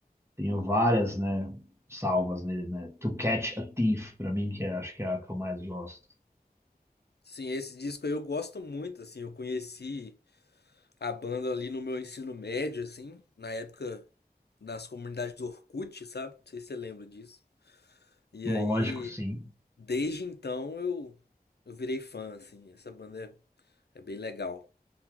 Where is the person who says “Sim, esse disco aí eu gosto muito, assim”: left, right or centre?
Left